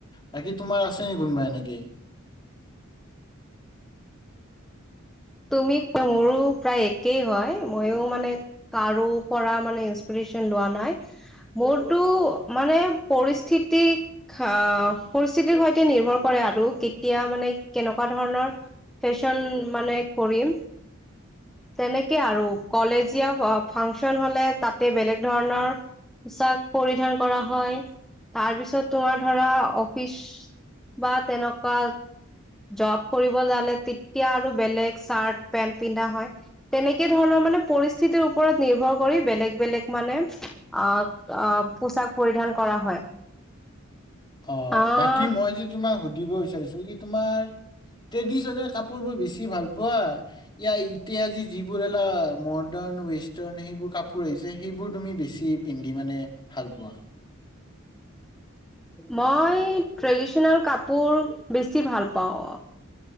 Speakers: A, on the left (about 20°); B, in the centre.
A: বাকী তোমাৰ আছে নি কোনোবা এনেকেই।
B: তুমি মোৰো প্ৰায় একেই হয় ময়ো মানে। কাৰো পৰা মানে ইন্সপিৰেচন লোৱা নাই। মোৰতো মানে পৰিস্থিতিক। খা পৰিস্থিতিৰ সৈতে নিৰ্ভৰ কৰে আৰু কেতিয়া মানে কেনেকুৱা ধৰণৰ। ফেশ্বন মানে কৰিম। তেনেকে আৰু কলেজীয়া অ ফাংচন হলে তাতে বেলেগ ধৰণৰ। পোছাক পৰিধান কৰা হয় তাৰপিছত তোমাৰ ধৰা অফিচ। বা তেনেকা। জৰ্ব কৰিব যালে তেতিয়া আৰু বেলেগ চাৰ্ট পেণ্ট পিন্ধা হয়। তেনেকে ধৰণৰ মানে পৰিস্থিতিৰ ওপৰত নিৰ্ভৰ কৰি বেলেগ বেলেগ মানে। আহ অহ পোছাক পৰিধান কৰা হয়।
A: অহ
B: আহ
A: বাকী মই যি তোমাক সুধিব বিচাৰিছোঁ কি তোমাৰ। ট্ৰেডিশ্যনেল কাপোৰবোৰ বেছি ভাল পোৱা। ইয়া এতিয়া‌ যিবোৰ এলা মৰ্ডাণ ৱেষ্টাৰ্ণ সেইবোৰ কাপোৰ আহিছে সেইবোৰ তুমি বেছি। পিন্ধি মানে ভাল পোৱা।
B: মই ট্ৰেডিশ্যনেল কাপোৰ বেছি ভাল পাওঁ।